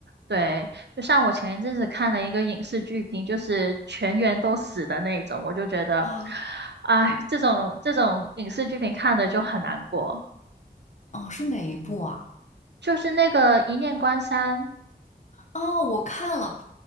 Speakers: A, on the right; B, on the left.
A: 对，就像我前一阵子看了一个影视剧评，就是全员都死的那种，我就觉得，
B: 啊。
A: 哎，这种这种影视剧评看的就很难过。
B: 哦，是哪一部啊？
A: 就是那个《一念关山》，
B: 哦，我看了，